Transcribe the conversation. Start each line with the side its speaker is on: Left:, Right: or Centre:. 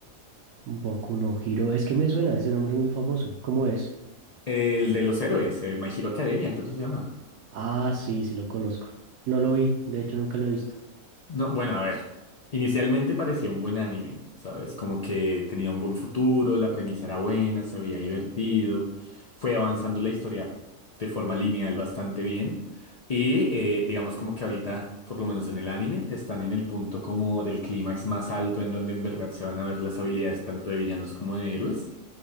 Right: Boku no Hero. Es que me suena, ese nombre es muy famoso. ¿Cómo es?
Left: El de los héroes, eh, My Hero Academia, creo que se llama.
Right: Ah, sí, sí lo conozco. No lo vi, de hecho nunca lo he visto.
Left: No, bueno, a ver. Inicialmente parecía un buen anime, ¿sabes? Como que tenía un buen futuro, la premisa era buena, se veía divertido, fue avanzando la historia de forma lineal bastante bien y eh, digamos como que ahorita, por lo menos en el anime, están en el punto como del clímax más alto en donde en verdad se van a ver las habilidades tanto de villanos como de héroes,